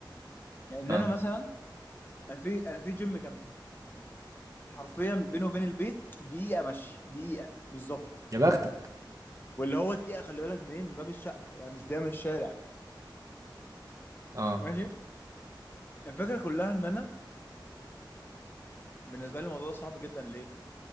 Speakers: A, on the left (about 25°); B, on the right (about 40°).
A: يعني ان
B: اه
A: انا مثلا انا في انا في جيم جنبي حرفيا بينه وبين البيت دقيقه مشي دقيقه بالظبط
B: يا بختك
A: واللي هو دقيقه خلي بالك منين من باب الشقه يعني مش ده من الشارع
B: اه
A: ماشي الفكره كلها ان انا بالنسبه لي الموضوع ده صعب جدا ليه